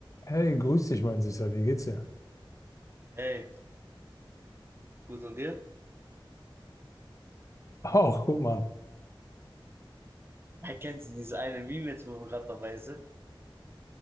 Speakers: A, on the left; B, on the right.
A: Hey, grüß dich, mein Süßer. Wie geht's dir?
B: Hey, gut und dir?
A: Auch, guck mal.
B: Erkennst du dieses eine Meme jetzt, wo wir gerade dabei sind?